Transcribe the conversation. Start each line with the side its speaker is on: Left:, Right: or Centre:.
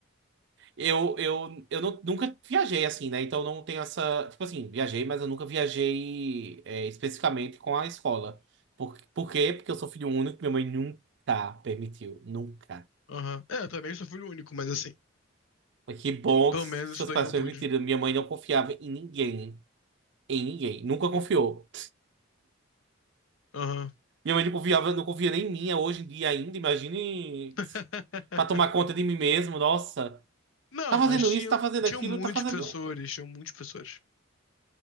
Right: Eu, eu, eu nu- nunca viajei assim, né? Então não tenho essa. Tipo assim, viajei, mas eu nunca viajei é, especificamente com a escola. Por, por quê? Porque eu sou filho único, minha mãe nunca permitiu. Nunca.
Left: Aham. É, eu também sou filho único, mas assim,
Right: Mas Que bom
Left: pelo
Right: que seus
Left: menos isso daí
Right: pais
Left: eu
Right: permitiram.
Left: pude.
Right: Minha mãe não confiava em ninguém. Em ninguém. Nunca confiou.
Left: Aham.
Right: Minha mãe não confiava, não confia nem em mim é hoje em dia ainda, imagine
Left: <laughs>
Right: pra tomar conta de mim mesmo, nossa.
Left: Não,
Right: Tá fazendo
Left: mas tinham,
Right: isso, tá fazendo
Left: tinham
Right: aquilo,
Left: muitos
Right: tá fazendo.
Left: professores, tinham muitos professores.